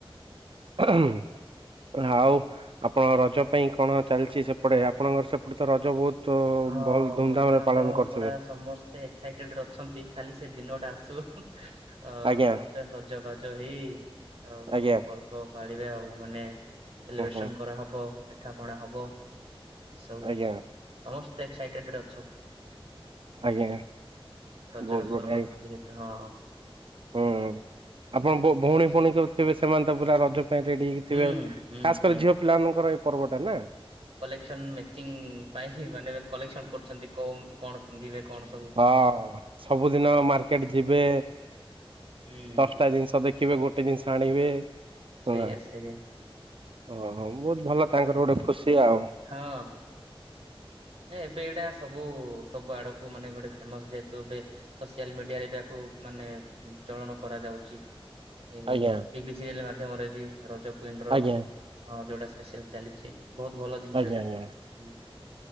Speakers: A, on the right; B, on the right.
A: ଆର ହଁ। ଆଉ ଆପଣଙ୍କ ରଜ ପାଇଁ କଣ ଚାଲିଛି ସେପଟେ ଆପଣଙ୍କର ସେପଟେ ତ ରଜ ବହୁତ
B: ହଁ
A: ଭଲ ଧୁମଧାମ
B: ବର୍ତ୍ତମାନ
A: ରେ ପାଳନ
B: ତ
A: କରୁଥିବେ
B: ପୁରା ସମସ୍ତେ ଏକ୍ସାଇଟେଡ ଅଛନ୍ତି ଖାଲି ସେ ଦିନ ଟା ଆସୁ। ଅ
A: ଆଜ୍ଞା
B: ସମସ୍ତେ ସଜବାଜ ହେଇ ଆଉ
A: ଆଜ୍ଞା
B: ପର୍ବ ପାଳିବେ ଆଉ ମାନେ ସେଲିବ୍ରେସନ
A: ଓ ହୋ
B: କରା ହବ, ପିଠା ପଣା ହବ। ସବୁ
A: ଆଜ୍ଞା।
B: ସମସ୍ତେ ଏକ୍ସାଇଟେଡ ରେ ଅଛୁ।
A: ଆଜ୍ଞା
B: ରଜର
A: ବହୁତ ବଢିଆ
B: ପର୍ବ ତ ଯେହେତୁ ହଁ।
A: ହୁଁ, ଆପଣ ଭଉଣୀ-ଫଉଣୀ ସବୁଥିବେ ସେମାନେ ତ ପୁରା ରଜ ରେଡି ହେଇକି ଥିବେ।
B: ହୁଁ ହୁଁ
A: ଖାସ୍ କରି
B: ହୁଁ।
A: ଝିଅ ପିଲାମାନଙ୍କର ଏଇ ପର୍ବ ଟା ନା।
B: ସେମାନେ ମେଚିଙ୍ଗି ପାଇଁ ମାନେ କଲେକ୍ସନ କରୁଛନ୍ତି କୋଉ କଣ ପିନ୍ଧିବେ କଣ ସବୁ
A: ହଁ, ସବୁଦିନ ମାର୍କେଟ ଯିବେ
B: ହୁଁ
A: ଦଶଟା ଜିନିଷ ଦେଖି ବେ ଗୋଟେ ଜିନିଷ ଆଣିବେ। ହଁ
B: ସେଇଆ
A: ପା।
B: ସେଇଆ
A: ଓଃ ହଉ ବହୁତ ଭଲ। ତାଙ୍କର ଗୋଟେ ଖୁସି ଆଉ।
B: ହଁ। ନା ଏବେ ଏଇଟା ସବୁ ସବୁ ଆଡକୁ ମାନେ ଗୋଟେ ଫେମସ ଯେହେତୁ ଏବେ ସୋସିଆଲ ମିଡିଆରେ ଆକୁ ମାନେ ଚଳନ କରା ଯାଉଛି। କି
A: ଆଜ୍ଞା
B: ଟିଭି ସିରିଏଲ ମାଧ୍ୟମରେ ବି ରଜ କୁଇନ ର
A: ଆଜ୍ଞା
B: ହଁ ଯୋଉଟା ସ୍ପେଶାଲ ଚାଲିଛି ବହୁତ ଭଲ ଜିନିଷ
A: ଆଜ୍ଞା
B: ଏଇଟା।
A: ଆଜ୍ଞା।
B: ହୁଁ।